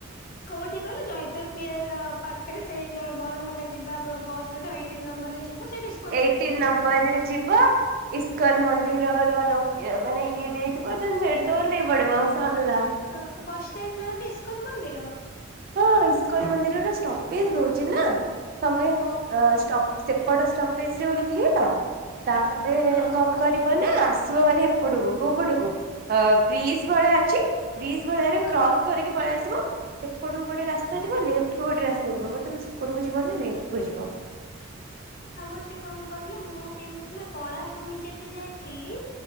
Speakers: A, on the left; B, on the right.
A: କୋଉଠି କହିଲ ଜୟଦେବ ବିହାରାର ପାଖରେ ସେଇ ଯ ବରମୁଣ୍ଡା ଯିବା ବସ୍ ରେ ତ ଏଇଠି ତିନ ନମ୍ବରରେ ଯିବ ସେଠି
B: ଏଇଟିନ୍ ନମ୍ବରରେ ଯିବ ଇସ୍କନ
A: ହୁଁ
B: ମନ୍ଦିରର ଲୋ ଇଏ ମାନେ ଇଏ ଦେଇଥିବ ଦେନ ସେଇଠି ତ ଓହ୍ଲେଇ ପଡ଼ିବ ସରଲା।
A: ହଁ ବସ ଷ୍ଟାଣ୍ଡ ନା ଇସ୍କନ ମନ୍ଦିର?
B: ହଁ ଇସ୍କଲ ମନ୍ଦିରରେ ଷ୍ଟପେଜ ଦଉଛି ନା। ତମେ ଅ
A: ହଉ ହଉ
B: ଷ୍ଟପ ସେପଟ ଷ୍ଟପ୍ ପେଜ ରେ ଓଲ୍ହେଇଲ ତାପରେ
A: ହଁ
B: କଣ କରି ଵନା ଆସିବ ହାରି ଏପଟକୁ, କୋଉ ପଟକୁ ବ୍ରିଜ ଭଳିଆ ଅଛି। ବ୍ରିଜ ଭଳିଆ ରୁ
A: ହଁ
B: କ୍ରସ କରିକି ପଳେଇ ଆସିବ। ସେପଟକୁ ଗୋଟେ ରାସ୍ତାଥିବ ଲେଫ୍ଟ୍ କୁ ଗୋଟେ ରାସ୍ତାଥିବ ବଟ୍ ତମେ ସେପଟକୁ ଜୀବନୀ ଲେଫ୍ଟ କୁ ଯିବ।
A: ଆଉ ଗୋଟେ କଣ କହିଲ ମୁଁ କେମିତି ନା କଳାଭୂମି ଯେବେ ଯାଇଥିଲି।